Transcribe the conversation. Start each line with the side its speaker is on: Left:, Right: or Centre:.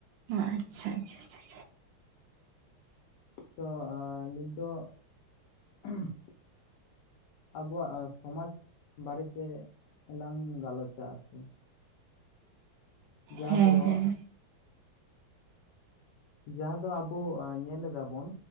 Right: ᱚ ᱟᱪᱪᱷᱟ ᱟᱪᱪᱷᱟ-ᱪᱷᱟ
Left: ᱛᱚ ᱱᱤᱛ ᱫᱚ ᱩᱸ ᱟᱵᱚᱣᱟᱜ ᱥᱚᱢᱟᱡᱽ ᱵᱟᱨᱮᱛᱮ ᱞᱟᱝ ᱜᱟᱞᱚᱪᱟ ᱟᱨᱠᱤ ᱡᱟᱦᱟᱸ
Right: ᱦᱮᱸ
Left: ᱫᱚ
Right: ᱦᱮᱸ
Left: ᱡᱟᱦᱟᱸ ᱫᱚ ᱟᱵᱚ ᱧᱮᱞ ᱮᱫᱟᱵᱚᱱ